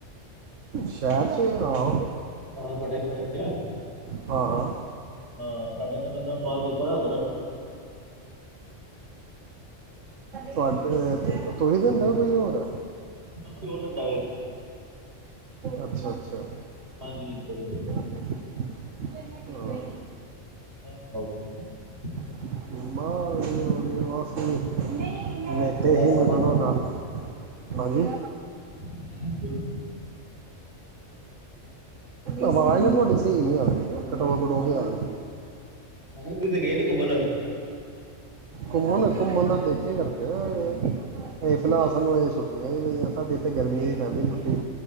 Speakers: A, on the right; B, on the right.
A: ਸ਼ਹਿਰ 'ਚ ਆਓ।
B: ਹਾਂ ਤੁਹਾਡੇ ਹੀ ਸ਼ਹਿਰ ਚ'।
A: ਹਾਂ- ਹਾਂ।
B: ਹਾਂ। ਸਾਡੇ ਤਾਂ ਬੰਦਾ ਮਾਹੋਲ ਵੇਚਦਾ ਉੱਧਰ।
A: ਤੁਹਾਡੇ ਤੁਸੀਸੀਂ ਦਿੰਦੇਓ ਕੋਈ ਹੋਰ।
B: ਮੈਨੂੰ ਹੋਰ ਦਿੰਦਾ ਵੇ
A: ਅੱਛਾ- ਅੱਛਾ।
B: ਹਾਂਜੀ ਬ ਵਧੀਆ।
A: ਹਾ
B: ਹਾਂ। <unintelligible>
A: <unintelligible>
B: ਹੋਰ
A: ਇਹ ਤੇੇ
B: ਕਿੱਥੇ
A: ਹੀ
B: ਗਏ ਨੀ
A: ਮਜ਼ੇ ਨਾਲ ਗੱਲ ਐ, ਹਾਂਜੀ।
B: <unintelligible>
A: ਆਵਾਜ਼ ਤੁਹਾਡੀ ਸਹੀ ਨਹੀਂ ਆ ਰਹੀ ਹੈ ਕਟੋ ਕਟੋ
B: ਮੈਂ
A: ਕੇ
B: ਕਿਹਾ
A: ਆ ਰਹੀ।
B: ਮੈਂ ਕਿਹਾ ਕਿਤੇ ਗਏ ਨੀ ਘੁੰਮਣ?
A: ਘੁੰਮਣ, ਘੁੰਮਣ ਤਾਂ ਏਖੇ ਕਰਦੇ ਐ। ਹਲੇ ਫਿਲਹਾਲ
B: ਅੱਛਾ
A: ਸਾਨੂੰ ਇਹ ਛੁੱਟੀਆਂ ਨੀ ਪਈਆਂ, ਸਾਡੇ ਇੱਥੇ ਗਰਮੀਆਂ ਦੀ ਪੈਂਦੀ ਛੁੱਟੀ।